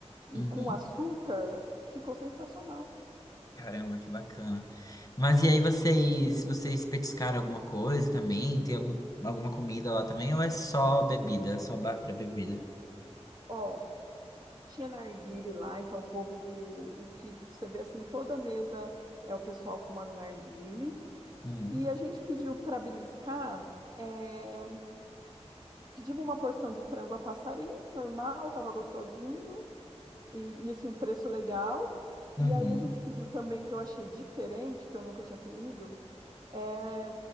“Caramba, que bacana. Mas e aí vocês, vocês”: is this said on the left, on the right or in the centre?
Left